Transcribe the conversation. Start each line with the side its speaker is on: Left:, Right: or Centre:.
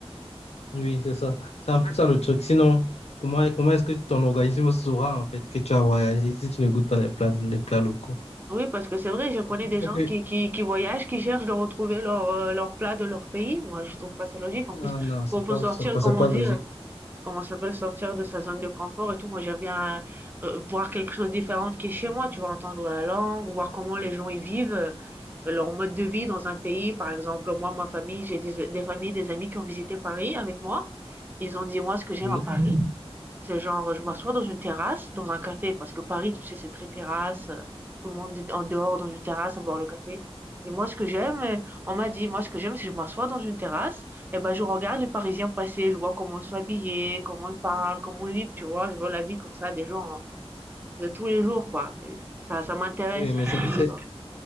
Left: Oui, c'est ça. C'est en fait ça le truc. Sinon, comment, comment est-ce que ton organisme saura en fait que tu as voyagé si tu ne goûtes pas les plats, les plats locaux?
Right: Oui, parce que c'est vrai, je connais
Left: Parce qu'il
Right: des
Left: faut
Right: gens
Left: que-
Right: qui, qui, qui voyagent, qui cherchent de retrouver leur, euh, leur plat de leur pays. Moi, je trouve pas ça logique. En
Left: Non,
Right: plus,
Left: non, c'est
Right: faut, faut
Left: pas,
Right: sortir,
Left: c'est pas,
Right: comme
Left: c'est
Right: on
Left: pas
Right: dit.
Left: logique.
Right: Comment ça s'appelle? Sortir de sa zone de confort et tout. Moi, j'aime bien euh, voir quelque chose de différent qui est chez moi. Tu vois, entendre la langue, voir comment les gens y vivent, euh, leur mode de vie dans un pays. Par exemple, moi, ma famille, j'ai des, des familles, des amis qui ont visité Paris avec moi. Ils ont dit, moi, ce que j'aime
Left: Oui,
Right: à Paris, c'est genre, je m'assois dans une terrasse, dans un café, parce que Paris, tu sais, c'est très terrasse. euh, Tout le monde est en dehors dans une terrasse à boire le café. Et moi, ce que j'aime, euh, on m'a dit, moi, ce que j'aime, c'est que je m'assois dans une terrasse, et ben, je regarde les Parisiens passer, je vois comment ils sont habillés, comment ils parlent, comment ils vivent, tu vois. Je vois la vie comme ça des gens hein, de tous les jours, quoi. Et ça, ça m'intéresse.
Left: oui,
Right: tu
Left: mais c'est c'est-
Right: vois.